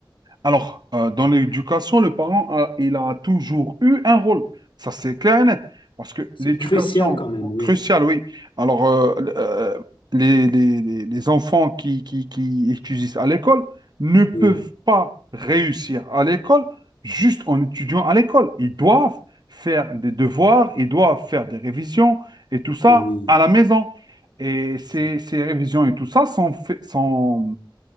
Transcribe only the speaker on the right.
Alors, euh, dans l'éducation, le parent, a- il a toujours eu un rôle. Ça, c'est clair et net. Parce que
l'éducation,
cruciale, oui. Alors, euh, euh, les, les- les- les enfants qui, qui, qui étudient à l'école ne peuvent
pas réussir à l'école juste en étudiant à l'école. Ils doivent faire des devoirs, ils doivent faire des révisions et tout ça
à la maison. Et ces,
ces révisions et tout ça sont, fait- sont